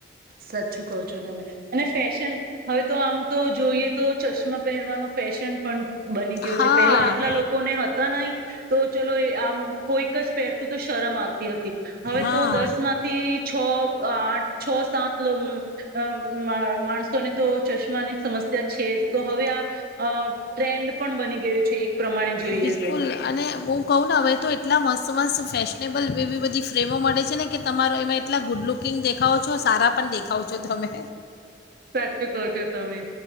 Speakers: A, on the right; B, on the left.
A: સાચું કો છો તમે અને ફેશન હવે તો આમ તો જોઈએ તો ચશ્મા પહેરવાનો ફેશન પણ બની ગયો
B: હા
A: છે પેલા આટલા લોકોને હતા નહી તો ચલો આમ કોઈક જ પહેરતું તો શરમ આવતું હતી હવે
B: હા
A: તો દસ માંથી છ આઠ છો. સાટ લો મ અ, મ માણસો ને તો ચશ્માની સમસ્યા છે જ તો હવે આ ટ્રેન્ડ પણ બની ગયું છે એક. પ્રમાણે જોઈએ
B: બિલકુલ
A: તો.
B: અને હું કહું ને હવે તો એટલા મસ્ત મસ્ત ફેશનેબલ એવી બધી ફ્રેમો મળે છે, ને કે તમારો એમાં એટલા ગુડ લુકિંગ દેખાવો છો સારા પણ દેખાવો છો તમે.
A: સાચું કવ છો તમે